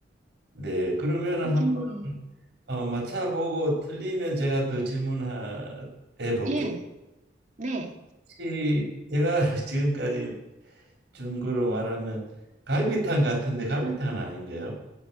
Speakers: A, on the right; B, on the right.
A: 네. 그러면은 한번
B: 긴, 음,
A: 어, 맞춰보고 틀리면 제가 더 질문해 볼게요.
B: 예, 네.
A: 혹시 제가 <laughs> 지금까지 중국으로 말하면 갈비탕 같은데 갈비탕은 아닌가요?